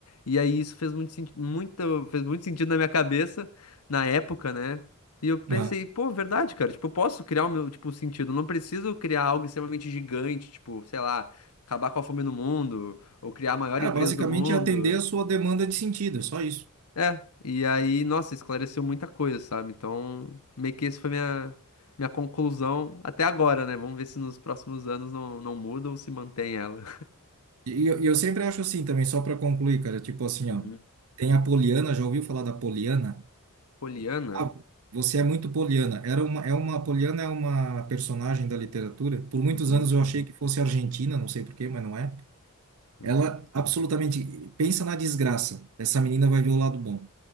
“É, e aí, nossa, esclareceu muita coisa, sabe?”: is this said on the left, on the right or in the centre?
Left